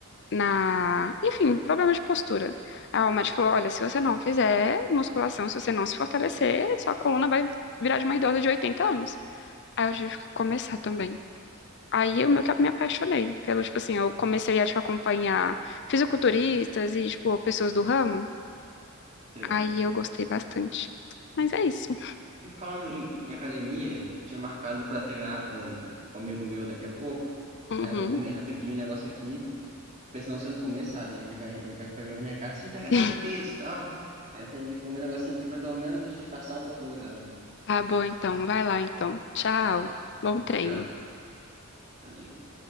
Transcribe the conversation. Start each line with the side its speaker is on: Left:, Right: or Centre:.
Left: na, enfim, problemas de postura. Aí o médico falou: olha, se você não fizer musculação, se você não se fortalecer, sua coluna vai virar de uma idosa de 80 anos. Aí eu tive que começar também. Aí eu meio que me apaixonei pelo, tipo assim, eu comecei a, tipo, acompanhar fisiculturistas e, tipo, pessoas do ramo.
Right: Que É
Left: Aí
Right: isso.
Left: eu gostei bastante. Mas é isso.
Right: E Falando em, em academia, eu tinha marcado pra treinar com um amigo meu daqui a pouco.
Left: Uhum.
Right: Aí eu vou comer rapidinho o negócio aqui, porque senão se eu não comer, sabe, né? Ele vai, ele vai ficar jogando na minha cara, você não pega nada
Left: <laughs>
Right: de peso e tal. Aí tem que comer um negocinho aqui pra pelo menos disfarçar um pouquinho, sabe?
Left: Tá bom, então. Vai lá, então. Tchau. Bom treino.
Right: Já, valeu.